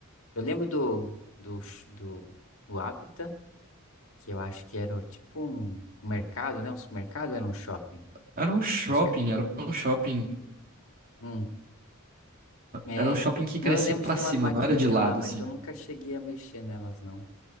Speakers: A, on the left; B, on the right.
A: Eu lembro do, do, ch- do, do Apta, que eu acho que era tipo um, um mercado, né? Um supermercado, era um shopping.
B: Era um shopping,
A: Acho que era.
B: era um shopping,
A: Hum, é.
B: era um shopping que
A: Não,
B: crescia
A: eu lembro
B: pra
A: de ter
B: cima,
A: umas maquininhas
B: não era de lado
A: lá, mas
B: assim.
A: eu nunca cheguei a mexer nelas, não.